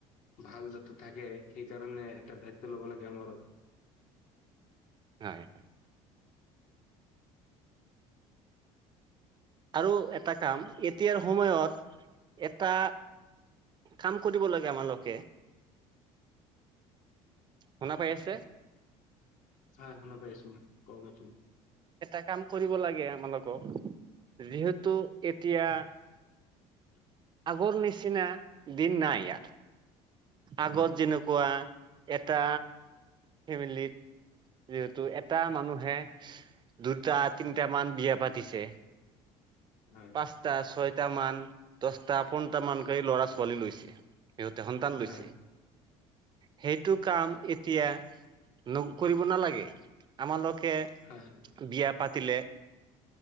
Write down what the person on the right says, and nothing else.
হয় হয়। আৰু এটা কাম, এতিয়াৰ সময়ত এটা কাম কৰিব লাগে আমাৰালোকে শুনা পাই আছে?
এটা কাম কৰিব লাগে আমাকক, যিহেতু এতিয়া
আাগৰ নিচিনা দিন নাই আৰ। আগত
যেনেকুৱা এটা ফেমিলিত যিহেতু এটা মানুহে দুটা তিনিটা মান বিয়া পাতিছে
পাঁচটা ছয়টা মান, দচটা পোন্টা মান ল'ৰা ছোৱালী লৈছে, সিহঁতে সন্তান লৈছে।
সেইটো কাম এতিয়া ন কৰিব নালাগে। আমালোকে
বিয়া পাতিলে